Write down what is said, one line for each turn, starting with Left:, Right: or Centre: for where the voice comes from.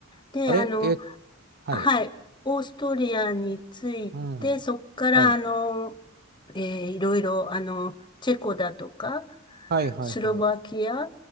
Left: で、
Right: あれえ、
Left: あの、
Right: はい。
Left: はい、オーストリアについて、
Right: うん。
Left: そこから、
Right: はい。
Left: あの、えーいろいろ、あの、チェコだとか、
Right: はい、はい、
Left: スロバキア
Right: はい。